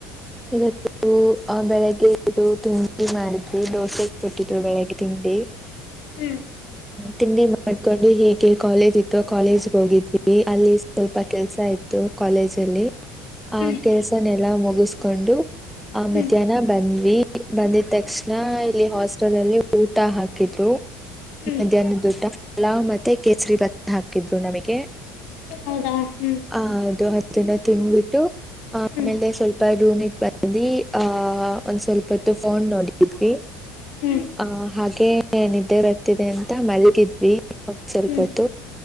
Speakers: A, in the centre; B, on the left.
A: ಇವತ್ತು ಆ ಬೆಳಿಗ್ಗೆ ಇದು ತಿಂಡಿ ಮಾಡಿದ್ರಿ ದೋಸೆ ಕೊಟ್ಟಿದ್ರು ಬೆಳಿಗ್ಗೆ ತಿಂಡಿ ದ
B: ಹ್ಮ್
A: ತಿಂಡಿ ಮಾಡ್ಕೊಂಡು ಹೀಗೆ ಕಾಲೇಜ್ ಇತ್ತು ಕಾಲೇಜ್ ಹೋಗಿದ್ವಿ ಅಲ್ಲಿ ಸ್ವಲ್ಪ ಕೆಲ್ಸ ಇತ್ತು ಕಾಲೇಜ್ ಅಲ್ಲಿ ಆ
B: ಹ್ಮ್
A: ಕೆಲ್ಸನೆೆಲ್ಲಾ ಮುಗ ಕೊಂಡು ಆ
B: ಹ್ಮ್
A: ಮಧ್ಯಾಹ್ನ ಬಂದ್ವಿ ಬಂದಿದ ತಕ್ಷಣ ಇಲ್ಲಿ ಹಾಸ್ಟೆಲ್ ಅಲ್ಲಿ ಊಟ ಹಾಕಿದ್ರು
B: ಹ್ಮ್
A: ಮಧ್ಯಾಹ್ನ ದುಡ್ಡ ಪಲಾವ್ ಮತ್ತೆ ಕೇಸರಿ ಭತ್ತ ಹಾಕಿದ್ರು ನಮಗೆ
B: ಹೌದಾ ಹ್ಮ್
A: ಹ ಅದು ಅದನ್ನು ತಿನ್್ಬಿಟ್ಟು ಆ ಆಮೇಲೆ
B: ಹ್ಮ್
A: ಸ್ವಲ್ಪ ರೂಮಿಗೆ ಬಂದಿ ಆಹ ಒಂದ್ ಸ್ವಲ್ಪ ಹೊತ್ತು ಫೋನ್ ನೋಡಿದ್ವಿ
B: ಹ್ಮ್
A: ಹ ಹಾಗೆನಿದ್ದೇ ರ ಅಂತ ಮಲಗಿದ್ವಿ ಒಂದ್ ಸ್ವಲ್ಪತ್ತು
B: ಹ್ಮ್